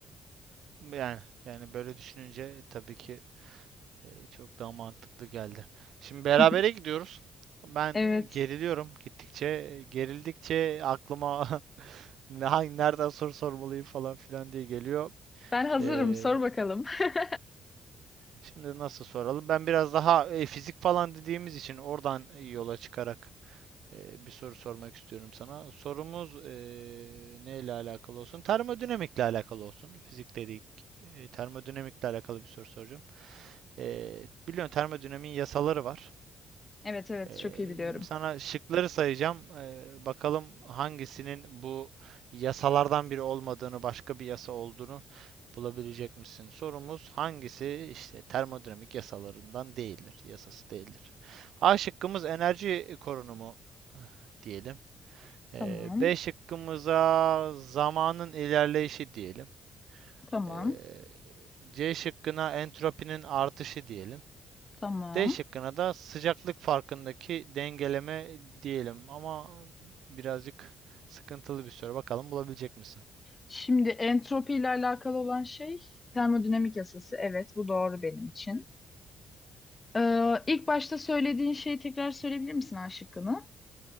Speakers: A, on the right (about 70°); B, on the left (about 25°).
A: Yani yani böyle düşününce tabii ki e, çok daha mantıklı geldi. Şimdi berabere
B: <laughs>
A: gidiyoruz. Ben
B: Evet.
A: e, geriliyorum gittikçe. E, Gerildikçe aklıma <laughs> ne- hangi nereden soru sormalıyım falan filan diye geliyor.
B: Ben hazırım.
A: E,
B: Sor bakalım. <laughs>
A: şimdi nasıl soralım? Ben biraz daha e, fizik falan dediğimiz için oradan yola çıkarak e, bir soru sormak istiyorum sana. Sorumuz e, neyle alakalı olsun? Termodinamikle alakalı olsun. Fizik dedik. E, termodinamikle alakalı bir soru soracağım. Ee, biliyorsun termodinamiğin yasaları var.
B: Evet evet
A: Ee,
B: çok iyi biliyorum.
A: şimdi sana şıkları sayacağım. Ee, bakalım hangisinin bu yasalardan biri olmadığını, başka bir yasa olduğunu bulabilecek misin? Sorumuz hangisi işte termodinamik yasalarından değildir, yasası değildir. A şıkkımız enerji korunumu eh, diyelim.
B: Tamam.
A: Ee, B şıkkımıza zamanın ilerleyişi diyelim.
B: Tamam.
A: Ee, C şıkkına entropinin artışı diyelim.
B: Tamam.
A: D şıkkına da sıcaklık farkındaki dengeleme diyelim ama birazcık sıkıntılı bir soru. Bakalım bulabilecek misin?
B: Şimdi entropi ile alakalı olan şey termodinamik yasası. Evet bu doğru benim için. Ee, ilk başta söylediğin şeyi tekrar söyleyebilir misin A şıkkını?